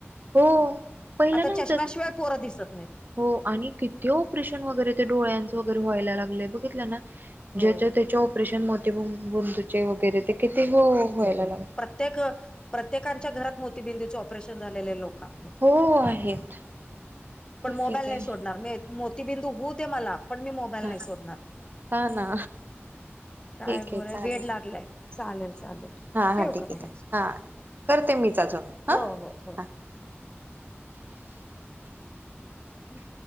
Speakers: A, on the right; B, on the left.
A: हो पहिलं
B: आता
A: नव्हतंच
B: चष्म्याशिवाय पोरं दिसत नाहीत.
A: हो आणि किती ऑपरेशन वगैरे ते डोळ्यांचं वगैरे व्हायला लागलंय बघितलं ना.
B: हो
A: ज्याच्या त्याचे ऑपरेशन मोतीबिंदूचे वगैरे ते किती हो व्हायला लाग
B: त्याक प्रत्येकांच्या घरात मोतीबिंदूचे ऑपरेशन झालेले लोक आहेत.
A: हो आहेत
B: पण
A: ठीक
B: मोबाईल
A: आहे ताई
B: नाही सोडणार मी मोतीबिंदू होऊ दे मला. पण मी मोबाईल
A: हा
B: नाही सोडणार
A: हा ना
B: काय
A: ठीक
B: बोला
A: आहे चालेल
B: वेड लागल य चालेल चालेल.
A: हा
B: ठेव
A: हा ठीक
B: का
A: ठीक
B: मॅडम
A: आहेेत हा करते मीच आजून हा.
B: हो हो हो
A: हा
B: <unintelligible> अम्